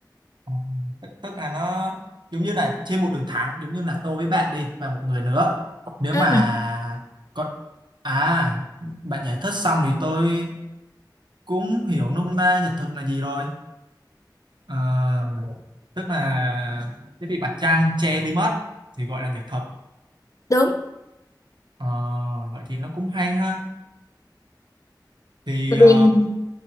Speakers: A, on the right; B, on the left.
A: ờ, tức tức là nó giống như là trên một đường thẳng giống như là tôi với bạn đi và một người nữa. Nếu
B: ừ
A: mà còn à bạn giải thích xong thì tôi cũng hiểu nôm na nhật thực là gì rồi. Ờ, tức là cái bị mặt trăng che đi mất thì gọi là nhật thực.
B: đúng
A: Ờ, vậy thì nó cũng hay ha. thì
B: Tại
A: ờ,
B: vì-